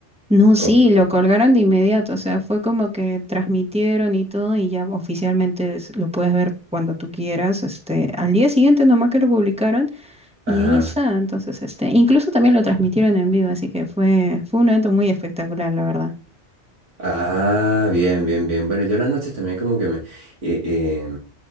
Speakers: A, in the centre; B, on the right (about 80°).
A: no, sí,
B: O por...
A: lo colgaron de inmediato, o sea, fue como que transmitieron y todo y ya oficialmente es- lo puedes ver cuando tú quieras, este, al día siguiente nomás que lo publicaron y
B: Ajá.
A: ahí está, entonces, este, incluso también lo transmitieron en vivo, así que fue, fue un evento muy espectacular, la verdad.
B: Ah, bien, bien, bien. Bueno, yo las noches también como que me eh, eh,